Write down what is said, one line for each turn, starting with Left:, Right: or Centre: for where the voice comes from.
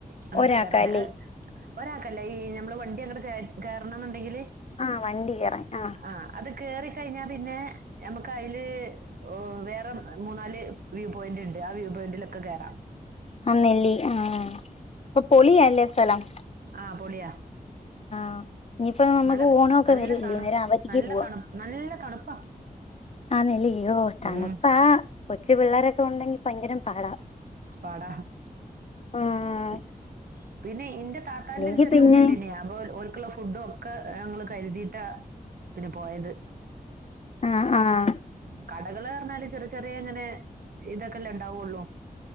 Right: അങ്ങാട്ട്
Left: ഒരാക്കല്ലേ
Right: കേറാന് ഒരാൾക്കല്ല ഈ ഞമ്മള് വണ്ടി അങ്ങട് കെ കേറണന്ന്ണ്ടെങ്കില്
Left: ആ വണ്ടി കേറാൻ ആ
Right: ആ അത് കേറി കഴിഞ്ഞ പിന്നെ ഞമ്മക്ക് അയ്ല് ഓ വേറെ മൂന്നാല് വ്യൂ പോയിന്റ് ണ്ട് ആ വ്യൂ പോയിന്റലൊക്കെ കേറ
Left: ആഹാ നെല്ലി ആഹാ അപ്പോ പൊളിയല്ലേ സ്ഥലം.
Right: ആഹാ പൊളിയാ.
Left: ആഹാ ഇനി ഇപ്പ നമുക്ക്
Right: നല്ല
Left: ഓണം- ഒക്കെ
Right: നല്ല
Left: വെരുല്ലേ
Right: തണു
Left: നേര അവധിക്ക്
Right: നല്ല
Left: പോവാം.
Right: തണു നല്ല തണുപ്പാ
Left: ആഹാ ആന്നല്ലേ? ഓ തണുപ്പാ,
Right: ഉം
Left: ആഹാ കൊച്ചു പിള്ളേരൊക്കെ- ഉണ്ടെങ്കി ഭയങ്കരം പാടാ.
Right: പടാ.
Left: ആഹ്
Right: പി പിന്നെ ഇന്റെ താത്താന്റെ
Left: ഇല്ലെങ്കി
Right: ഒരു ചെറിയ
Left: പിന്നെ
Right: കുട്ടിയണ്ടന്നെ അപ്പോ ഓലിക്ക് ഒള്ള ഫുഡോ- ഒക്കെ ഞങ്ങള് കരുതിയിട്ടാ പിന്നെ പോയത്.
Left: ആഹാ ആഹാ.
Right: ഉം കടകള് പറഞ്ഞാല് ചെറിയ, ചെറിയ എങ്ങനെ ഇതൊക്കെ അല്ലേ ഇണ്ടാവുള്ളു.